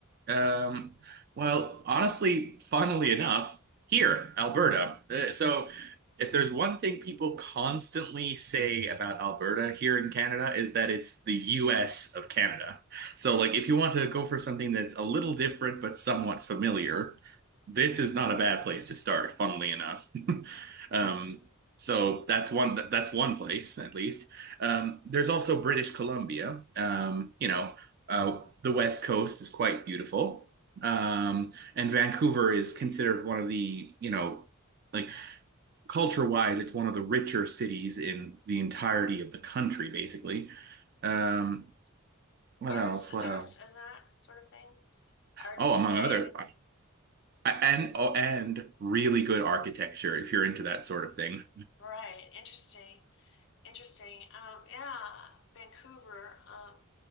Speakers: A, on the right (about 45°); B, on the left (about 55°).
A: Um, well, honestly, funnily enough, here, Alberta. Uh, so if there's one thing people constantly say about Alberta here in Canada is that it's the US of Canada. So like if you want to go for something that's a little different but somewhat familiar, this is not a bad place to start, funnily enough. Um, so that's one that's one place at least. Um, there's also British Columbia. Um, you know, uh, the West Coast is quite beautiful, um, and Vancouver is considered one of the you know like culture wise, it's one of the richer cities in the entirety of the country, basically. Um, what
B: Arts,
A: else? What
B: arts
A: else?
B: and that sort of thing. Arts
A: Oh, among
B: play.
A: other and oh, and really good architecture if you're into that sort of thing.
B: Right. Interesting. Interesting. Um, yeah, Vancouver. Um,